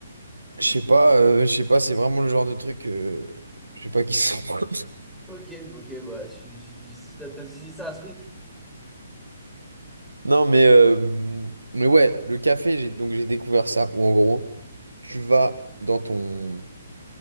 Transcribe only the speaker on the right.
Je sais pas, euh, je sais pas, c'est vraiment le genre de truc. euh, je sais pas qui sont. <laughs>
Non, mais, euh, mais ouais, le café, j'ai donc j'ai découvert ça, où en gros, tu vas dans ton,